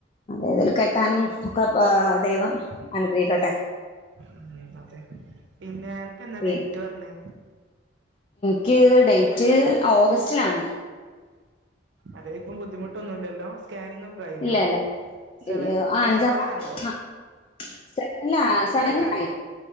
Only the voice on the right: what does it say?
ഉം അതെ പിന്നെ അനക്ക് എന്ന
ഡേറ്റ് പറഞ്ഞേ
അതെപ്പും ബുദ്ധിമുട്ടൊന്നുല്ലല്ലോ സ്കാനിങ് ഒക്കെ കഴിഞ്ഞോ
സെവൻ
സെവൻ
ആയോ
ഏഴായോ